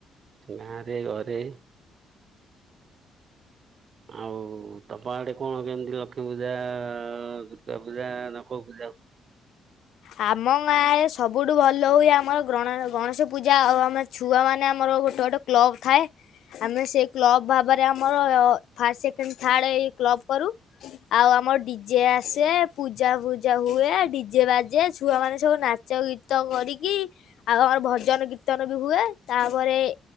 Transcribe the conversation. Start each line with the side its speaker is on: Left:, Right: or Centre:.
Right: ଗାଁ ରେ ଘରେ ଆଉ ତମ ଆଡ଼େ କଣ କେମିତି ଲକ୍ଷ୍ମୀ ପୂଜା ଦୁର୍ଗାପୂଜା ନା କଉ ପୂଜା
Left: ଆମ ଗାଁରେ ସବୁଠୁ ଭଲ ହୁଏ ଆମର ଗଣ ଗଣେଶ ପୂଜା ଆଉ ଆମର ଛୁଆ ମାନେ ଆମର ଗୋଟେ ଗୋଟେ କ୍ଲବ ଥାଏ ଆମେ ସେ କ୍ଲବ ଭାବରେ ଆମର ଫାଷ୍ଟ ସେକେଣ୍ଡ ଥାଡେ ଏଇ କ୍ଲବ କରୁ। ଆଉ ଆମର ଡିଜେ ଆସେ ପୂଜା ଫୂଜା ହୁଏ ଡିଜେ ବାଜେ। ଯେ ଛୁଆମାନେ ସବୁ ନାଚ ଗୀତ କରିକି ଆଉ ଆମର ଭଜନ ଗୀ କୀର୍ତ୍ତନ ବି ହୁଏ ତାପରେ